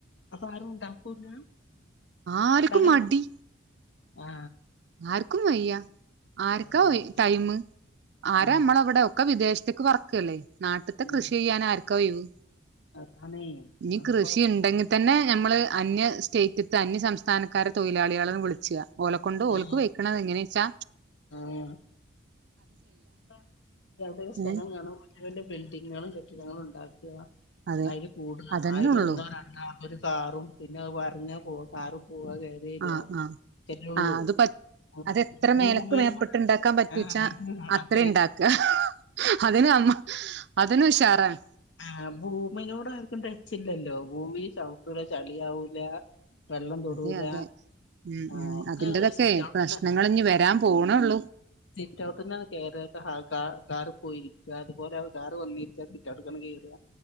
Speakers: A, on the left; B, on the right.
A: അപ്പൊ ആരും ഉണ്ടാക്കൂന്നാ
B: ആർക്കും
A: ഉണ്ടാക്കാ
B: മടി
A: ആ
B: ആർക്കും വയ്യ ആർക്കാ
A: ആഹ്
B: ഒയ് ടൈമ് ആരമ്മള
A: ഉം
B: വിടെ ഒക്കെ വിദേശത്തേക്ക് പറക്കല്ലേ നാട്ടിത്തെ
A: ഉം
B: കൃഷി ചെയ്യാൻ ആർക്കാ ഒഴിവ്
A: അതാണേ
B: ഇനി കൃഷി
A: അപ്പൊ
B: ഇണ്ടെങ്കി തന്നെ ഞമ്മള് അന്യ സ്റ്റേറ്റത്ത് അന്യ സംസ്ഥാനക്കാരെ തൊഴിലാളികളെ വിളിച്ചാ ഓല കൊണ്ട് ഓ
A: ആഹ്
B: ക്ക് വെക്ക്ണ എങ്ങനെ ച്ചാ
A: ആഹ് <unintelligible> സ്ഥലം
B: ഏ
A: കാണോ ന്റെ ബിൽഡിങ്ങും കെട്ടിടങ്ങളും ഉണ്ടാക്കിയ
B: അതെ
A: അയിൽ കൂടാ
B: അതന്നെ
A: ആയി ൽ
B: ഉള്ളൂ
A: ഒന്നോ ഒരു കാറും പിന്നെ പറഞ്ഞ പോ കാറു പോവാ കേറി
B: ആ
A: <unintelligible>
B: ആ ആ അത് പ അതെത്ര മേലക്ക് മേപ്പെട്ട് ഇണ്ടാക്കാൻ പറ്റൂച്ചാ
A: ആഹ് <unintelligible>
B: അത്ര
A: <unintelligible>
B: ഇണ്ടാക്ക അതിന് അമ്മ അതിന് ഉഷാറാണ്
A: ആ ഭൂമിനോട് ആർക്കും ട്ടച്ചില്ലല്ലോ ഭൂമി ചവിട്ടൂല ചളിയവൂല വെള്ളം തൊടൂല
B: അതെ അതെ ഉം
A: ആഹ്
B: ഉം
A: ഒക്കെ
B: അതിന്റതൊക്കെ
A: സിറ്റൗട്ട്ന്ന്
B: പ്രശ്നങ്ങള്ഞ്ഞിവരാൻ പോണേള്ളൂ
A: സിറ്റ് ഔട്ട്ന്ന കേയറ കാ കാറ് പോയിരിക്ക അതുപോലെ അവ കാറ് വന്നിരിക്കാ സിറ്റൊട്ടക്ക്കയറാ